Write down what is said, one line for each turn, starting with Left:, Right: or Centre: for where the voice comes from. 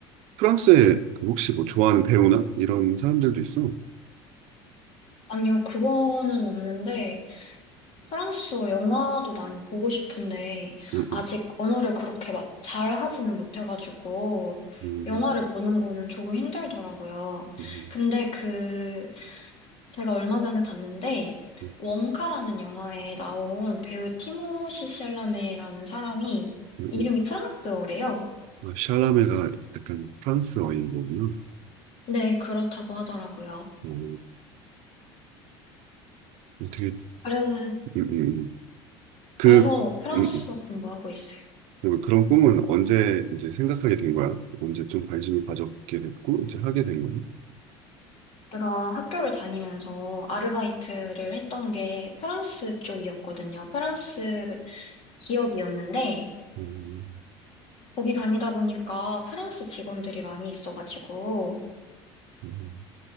Right: 프랑스에 그 혹시 뭐 좋아하는 배우나 이런 사람들도 있어? 응.
Left: 아니요, 그거는 없는데, 프랑스어 영화도 많이 보고 싶은데,
Right: 응,
Left: 아직
Right: 응,
Left: 언어를 그렇게 막 잘 하지는 못해가지고,
Right: 음,
Left: 영화를 보는 거는 조금 힘들더라고요.
Right: 음,
Left: 근데 그, 제가 얼마 전에 봤는데,
Right: 음,
Left: 원카라는 영화에 나온 배우 티모시 샬라메라는 사람이
Right: 음,
Left: 이름이
Right: 음.
Left: 프랑스어래요.
Right: 아, 샬라메가 약간 프랑스어인 거군요.
Left: 네, 그렇다고 하더라고요.
Right: 어, 어떻게,
Left: 그래서,
Right: 음, 음, 음. 그,
Left: 그래서 프랑스어
Right: 음, 음.
Left: 공부하고 있어요.
Right: 그리고 그런 꿈은 언제 이제 생각하게 된 거야? 언제 좀 관심이 가졌게 됐고, 이제 하게 된 거야?
Left: 제가 학교를 다니면서 아르바이트를 했던 게 프랑스 쪽이었거든요. 프랑스 기업이었는데,
Right: 음,
Left: 거기 다니다 보니까 프랑스 직원들이 많이 있어가지고,
Right: 음,